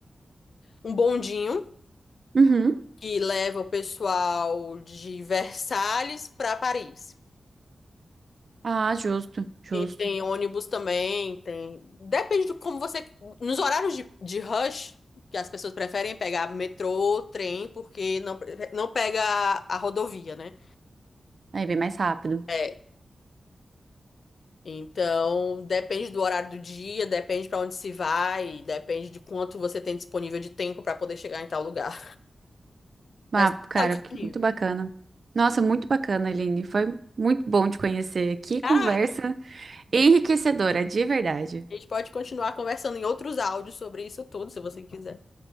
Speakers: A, on the left; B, on the right.
A: um bondinho
B: Uhum.
A: que leva o pessoal de Versalhes para Paris.
B: Ah, justo, justo.
A: E tem ônibus também, tem. Depende de como você. Nos horários de, de rush, que as pessoas preferem pegar metrô, trem, porque não, não pega a, a rodovia, né?
B: Aí bem mais rápido.
A: É. Então, depende do horário do dia, depende para onde se vai, depende de quanto você tem disponível de tempo para poder chegar em tal lugar. Mas
B: Ah, cara,
A: tá disponível.
B: que muito bacana. Nossa, muito bacana, Aline. Foi muito bom te conhecer. Que
A: Ah,
B: conversa enriquecedora, de verdade.
A: a gente pode continuar conversando em outros áudios sobre isso tudo, se você quiser.